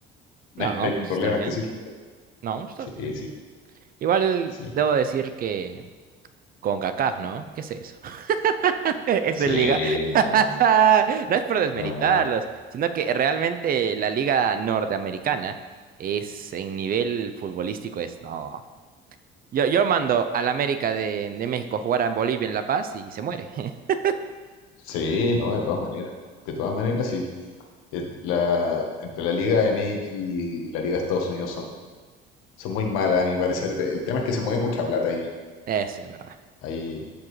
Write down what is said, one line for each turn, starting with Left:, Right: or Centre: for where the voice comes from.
Left: no
Right: No,
Left: hay no hay problema
Right: pues está bien.
Left: en decirlo.
Right: No, está
Left: Sí,
Right: bien.
Left: sí,
Right: Igual
Left: sí,
Right: debo decir que con CONCACAF, ¿no? ¿Qué es eso? <laughs> Eso
Left: sí,
Right: es liga.
Left: no,
Right: <laughs> No es por desmeritarlos,
Left: no,
Right: sino que realmente la liga norteamericana es en nivel futbolístico es no. Yo, yo mando al América de, de México a jugar a Bolivia en La Paz y se muere. <laughs>
Left: sí, no, de todas maneras, de todas maneras, sí. el- la- entre la Liga MX y la Liga de Estados Unidos son, son muy malas, a mi parecer. El tema es que se mueve mucha plata y
Right: Eso es verdad.
Left: hay,